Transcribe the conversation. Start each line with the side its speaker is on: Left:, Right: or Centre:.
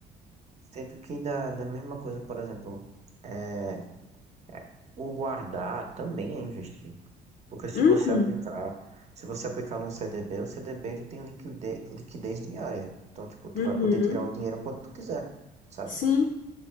Right: Sendo que da, da mesma coisa, por exemplo, é, é, o guardar também é investir. Porque se
Left: Uhum,
Right: você aplicar, se você aplicar num CDB, o CDB ele tem liquidez, liquidez diária. Então, tipo, tu
Left: uhum.
Right: vai poder tirar o dinheiro quando tu quiser, sabe?
Left: Sim.